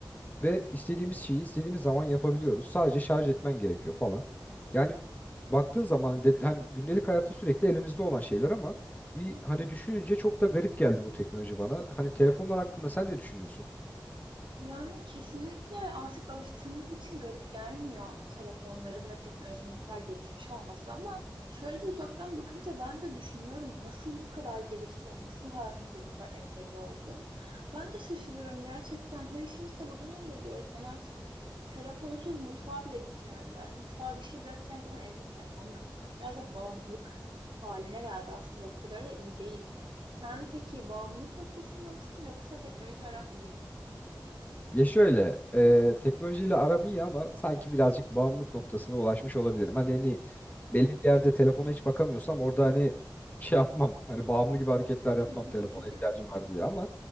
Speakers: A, on the left (about 20°); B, on the right (about 85°).
A: Ve istediğimiz şeyi istediğimiz zaman yapabiliyoruz. Sadece şarj etmen gerekiyor falan. Yani baktığın zaman de, hani gündelik hayatta sürekli elimizde olan şeyler ama bir
B: hı hı.
A: hani düşününce çok da garip geldi bu teknoloji bana. Hani telefonlar hakkında sen ne düşünüyorsun?
B: Yani kesinlikle artık alıştığımız için garip gelmiyor telefonların ve teknolojinin bu kadar gelişmiş olması ama şöyle bir uzaktan bakınca ben de düşünüyorum nasıl bu kadar gelişti ve nasıl hayatımıza bu kadar entegre oldu. Ben de şaşırıyorum gerçekten her işimizi de buradan hallediyoruz. Ben artık telefonsuz mutfağa bile gitmiyorum yani mutfağa bir şey bırakacağım zaman elimde telefonla gidiyorum. Biraz da bağımlılık haline geldi aslında bu kadar da iyi değil. Sen peki bağımlılık noktasında mısın yoksa teknoloji aran iyi mi?
A: Ya şöyle, e, teknolojiyle aram iyi ama sanki birazcık bağımlılık noktasına ulaşmış olabilirim. Hani hani belli bir yerde telefona hiç bakamıyorsam orada hani şey yapmam. Hani bağımlı gibi hareketler yapmam
B: Hı.
A: telefona ihtiyacım var diye ama